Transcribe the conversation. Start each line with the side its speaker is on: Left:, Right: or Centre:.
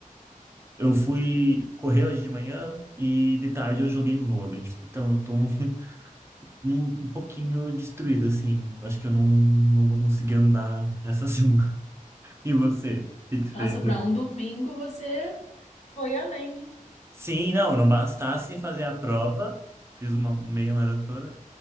Right: eu fui correr hoje de manhã e de tarde eu joguei vôlei, então eu tô um, <laughs> um, um pouquinho destruído, assim. Eu Acho que eu não, não vou conseguir andar essa <laughs> semana. E você? O que que você
Left: Nossa,
Right: fez?
Left: pra um domingo você foi além, hein?
Right: Sim, não, não bastasse fazer a prova, fiz uma meia maratona,